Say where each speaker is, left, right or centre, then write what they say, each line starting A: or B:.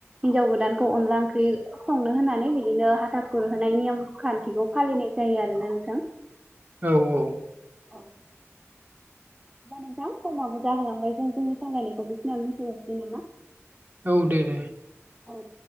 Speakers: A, on the right (about 20°); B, on the right (about 35°).
A: हिन्जाव गोदानखौ अनला ओंख्रि संनो होनानै बिदिनो हाथा खुरहोनाय नियम खान्थिखौ फालिनाय जायो आरोना नोंथां।
B: औ औ
A: <unintelligible> नोंथां समाबो जाहोलांबाय जों जोंनि सावालायनायखौ बिखिनिआवनो दोनथजासिनो नामा?
B: औ दे दे
A: औ